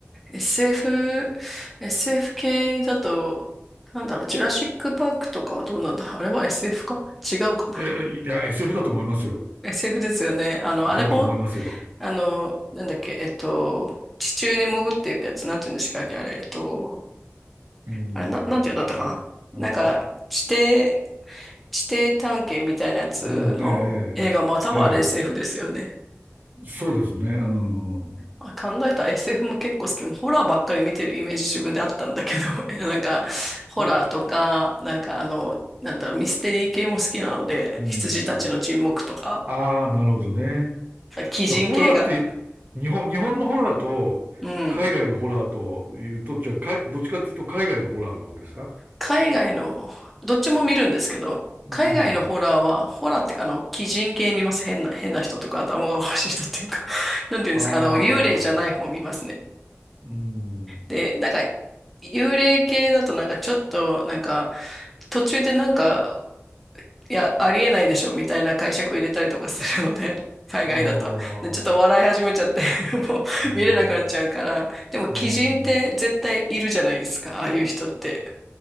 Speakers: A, in the centre; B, on the right.
A: SF、SF 系だと、なんだろう、ジュラシックパークとかはどうなんだあれは SF か違うかな
B: え、いや、SF だと思いますよ。
A: SF ですよね。あの、
B: だと思いますよ。
A: あれも、あの、なんだっけ、えっと、地中に潜っていくやつ、なんて言うんでしたっけ、あれ、えっと、
B: うん。
A: あれ、な、なんて言うんだったかな。
B: 何かな。
A: なんか、地底、地底探検みたいなやつの映画も多分あれ
B: うん。ええええ
A: SF ですよね。
B: そうですね。うん。
A: あ、考えたら SF も結構好き。ホラーばっかり見てるイメージ自分であったんだけど、<laughs> いやなんか、ホラーとか、
B: お、
A: なんかあの、なんだろう、ミステリー系も好きなので、
B: うん。
A: 羊たちの沈黙とか、
B: ああ、なるほどね。
A: 鬼人系が。
B: でホラーって、日本、日本のホラーと、
A: うん。
B: 海外のホラーというと、じゃあ、かいどっちかっていうと、海外のホラーの方ですか
A: 海外の、どっちも見るんですけど、
B: うん。
A: 海外のホラーは、ホラーってか、あの、鬼人系見ます。変な、変な人とか、頭がおかしい人っていうか <laughs> なんていうんですか、
B: ああ、
A: あの、幽霊じゃない方見ますね。
B: うん。
A: で、なんか、幽霊系だとなんかちょっと、なんか、途中でなんか、いや、ありえないでしょ、みたいな解釈入れたりとかするので、<laughs> 海外だと。
B: ああ、
A: で、ちょっと笑い始めちゃって <laughs> もう見れなくなっちゃうから、
B: うん。
A: でも鬼人って絶対いるじゃないですか、
B: うん。
A: ああいう人って。